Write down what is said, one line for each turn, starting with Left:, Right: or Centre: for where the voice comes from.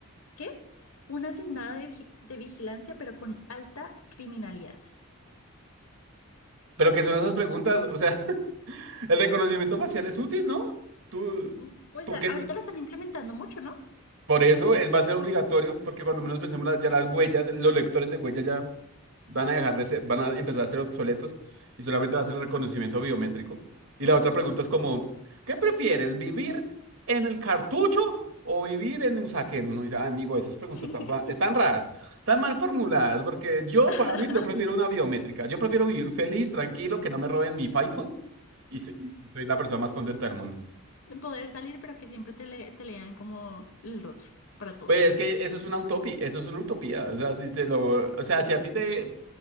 Left: ¿qué? Una asignada de, vi- de vigilancia pero con alta criminalidad.
Right: Pero ¿qué son esas preguntas? O sea, <laughs> el reconocimiento facial es útil, ¿no? Tú,
Left: Mm, Pues
Right: porque
Left: a- ahorita lo están implementando mucho, ¿no?
Right: por eso
Left: Supongo
Right: es,
Left: que es
Right: va a ser
Left: algo-
Right: obligatorio, porque cuando menos pensemos las- ya las huellas, los lectores de huellas ya. van a dejar de ser, van a empezar a ser obsoletos y solamente va a ser
Left: ¿no?
Right: reconocimiento biométrico. Y la otra pregunta
Left: Sí,
Right: es como,
Left: sí,
Right: ¿qué prefieres, vivir en el cartucho o vivir en Usaquén? Uno dice, "Ah, amigo, esas preguntas
Left: sí.
Right: están, ra- están raras, están mal formuladas, porque yo,
Left: <laughs>
Right: para mí, yo prefiero una biométrica. Yo prefiero vivir feliz, tranquilo, que no me roben mi iPhone y, se- y soy la persona más contenta del mundo.
Left: Poder salir pero que siempre te, le- te lean como el rostro para todo.
Right: Pues es que eso es una utopía, eso es una utopía. O sea, si te lo, o sea, si a ti te,